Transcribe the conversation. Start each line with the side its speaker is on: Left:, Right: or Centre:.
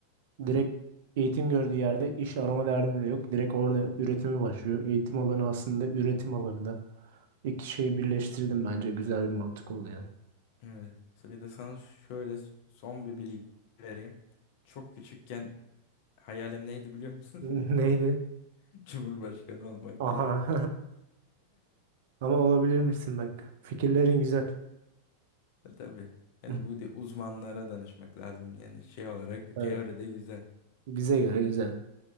Right: Direkt eğitim gördüğü yerde iş arama derdi de yok. Direkt orada üretimi başlıyor. Eğitim alanı aslında üretim alanında. İki şeyi birleştirdim bence. Güzel bir mantık oldu yani.
Left: Evet. Bir de sana şöyle son bir bilgi vereyim. Çok küçükken hayalim neydi biliyor musun?
Right: <laughs> Neydi?
Left: <laughs> Cumhurbaşkanı olmaktı
Right: Aha.
Left: yani.
Right: <laughs> Ama olabilir misin bak. Fikirlerin güzel.
Left: <laughs> Tabii. Yani
Right: <laughs>
Left: bu de uzmanlara danışmak lazım. Yani şey olarak
Right: Evet.
Left: teoride güzel.
Right: Bize göre güzel.